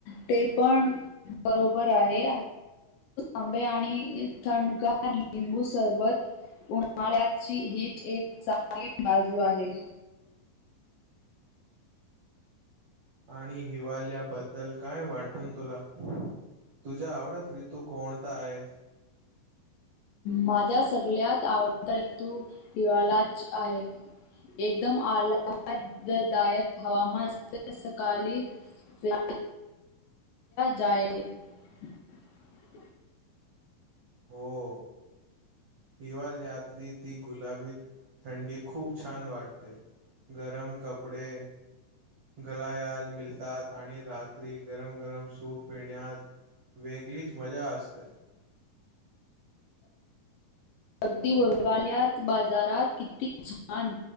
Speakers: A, on the left; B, on the right.
A: ते पण बरोबर आहे आंबे आणि थंडगार लिंबू सरबत उन्हाळ्याची हीच एक चांगली बाजू आहे
B: आणि हिवालयाबद्दल काय वाटून तुला तुझ्या आवडत ऋतू कोणता आहे
A: माझा सगळ्यात आवडता ऋतू हिवाळाच आहे एकदम आ <unintelligible> दायक हवामान सकाळी फिर जाय <unintelligible>
B: हो हिवाळीतली ती गुलाबी थंडी खूप छान वाटते गरम कपडे गळायाल मिळतात आणि रात्री गरम गरम सूप पिण्यात वेगळीच मजा असते
A: अगदी हिवाल्यात बाजारात किती छान